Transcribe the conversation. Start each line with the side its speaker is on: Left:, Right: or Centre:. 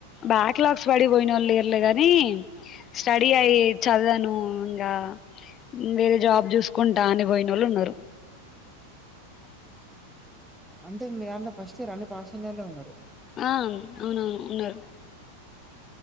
Left: బ్యాక్ లాగ్స్ పడిపోయినోళ్ళు లేర్లే గాని స్టడీ అయ్యి చదవను ఇంకా వేరే జాబ్ చూసుకుంటా అని పోయినోళ్ళు ఉన్నారు
Centre: అంటే మీ దాంట్లో ఫస్ట్ ఇయర్ అన్ని పాస్ అయినోల్లే ఉన్నారు
Left: ఆ అవునవును ఉన్నారు